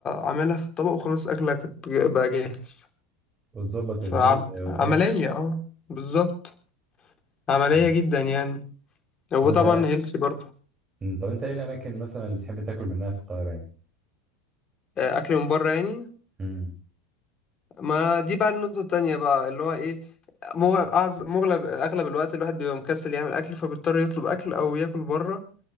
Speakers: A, on the left; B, on the right.
A: عاملها في الطبق وخلاص اكلك ات- بقى جاهز
B: وتظبط
A: فعملية
B: المود آه، وخلاص
A: اه بالظبط عملية
B: مم.
A: جدا يعني وطبعا
B: طب أنت
A: هيلثي برضه
B: مم، طب أنت إيه الأماكن مثلا اللي بتحب تاكل منها في القاهرة يعني؟
A: آه، أكل من بره يعني
B: مم.
A: ما دي بقى النقطة التانية بقى اللي هو إيه مغ- أعز- مغلب أغلب الوقت الواحد بيبقى مكسل يعمل أكل فبيضطر يطلب أكل أو ياكل بره